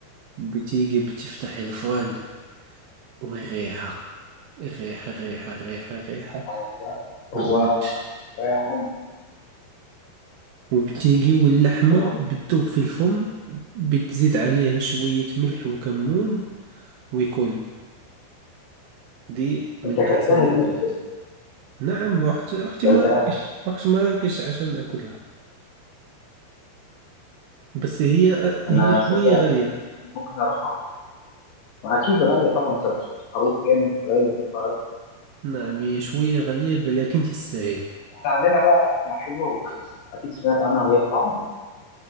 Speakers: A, on the right; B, on the left.
A: بتيجي بتفتح الفرن والريحة الريحة الريحة الريحة الريحة
B: آه،
A: ما
B: هو
A: أقولكش
B: انا أنا-
A: وبتيجي واللحمة
B: أنا-
A: بتذوب في الفم بتزيد عليها شوية ملح وكمون ويكون دي من
B: انت اكلتها
A: أحسن الأكلات
B: دي ولا إيه؟
A: نعم رحت رحت مراكش
B: اكلتها
A: رحت مراكش عشان أكلها بس
B: مم.
A: هي
B: انا
A: هي
B: تصدق
A: شوية غالية
B: ممكن اروح واكيد غاليه طبعا انت بتحط خروف كامل فلازم تبقى غالية.
A: نعم هي شوية غالية بل لكن تستاهل
B: احنا عندنا بقى اكله حلوه ورخيصه اكيد سمعت عنها وهي الطعميه